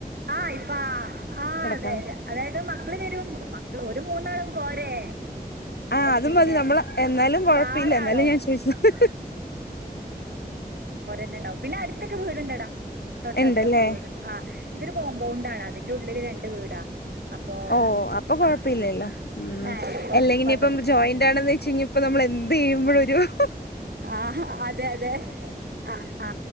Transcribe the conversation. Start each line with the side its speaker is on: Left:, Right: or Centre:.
Right: ആ ഇപ്പം ആ ആ
Left: കിടക്കാൻ
Right: അതെ തെ അതായത് മക്കള് വരും മക്കള് രു മൂന്നാളും പോരെ
Left: ആ അതുമതി
Right: പിന്നെ
Left: നമ്മള് എന്നാലും കൊഴപ്പില്ല
Right: ധാരാളം
Left: എന്നാലും ഞാൻ ചോയിച്ചതാ
Right: വേ ണ്ടാവും പിന്നെ അടുത്തൊക്കെ വീടുണ്ടെടാ തൊട്ടടുത്തൊക്കെ
Left: ഉണ്ടല്ലേ
Right: വീടുണ്ട് ആ ഇതൊരു കോമ്പൗണ്ടാണ് അതിന്റെഉള്ളില് രണ്ട് വീടാ അപ്പൊ
Left: ഓ അപ്പൊ കൊഴപ്പില്ലല്ലോ
Right: ആഹ്
Left: ഉം
Right: ഏഹ്
Left: അല്ലെങ്കിനി
Right: കൊഴപ്പൊന്നില്ല
Left: ഇപ്പം ജോയിന്റ് ആണെന്ന് വെചെയ്ഞ്ഞ നമ്മള്ന്തെയ്യുമ്പോഴും യോഹ്
Right: ആ അതെ അതെ ആ ആ